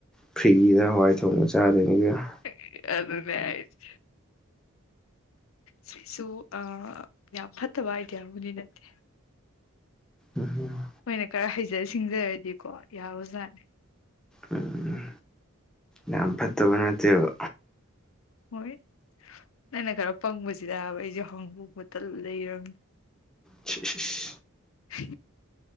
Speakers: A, in the centre; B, on the left.
A: ꯐ꯭ꯔꯤꯗ ꯍꯋꯥꯏ ꯊꯣꯡꯕ ꯆꯥꯗꯣꯢꯅꯤ ꯏꯕꯦꯃꯥ
B: ꯍꯦ ꯑꯗꯨꯅꯦ ꯍꯥꯏꯖꯦ ꯁꯤꯁꯨ ꯑ ꯌꯥꯝ ꯐꯠꯇꯕ ꯑꯥꯏꯗꯤꯌꯥꯕꯨꯗꯤ ꯅꯠꯇꯦ
A: ꯎꯝ
B: ꯈꯣꯏꯅ ꯈꯔ ꯍꯩꯖ ꯁꯤꯡꯖꯔꯗꯤꯀꯣ ꯌꯥꯕꯖꯥꯠꯅꯤ
A: ꯎꯝ ꯌꯥꯝ ꯐꯠꯇꯕ ꯅꯠꯇꯦꯕ
B: ꯍꯣꯏ ꯅꯪꯅ ꯈꯔ ꯄꯪꯕꯁꯤꯗꯕ ꯑꯩꯁꯨ ꯍꯥꯡꯗꯣꯛꯕꯇ ꯂꯩꯔꯕꯅꯦ
A: ꯏꯁ ꯏꯁ ꯏꯁ
B: <unintelligible>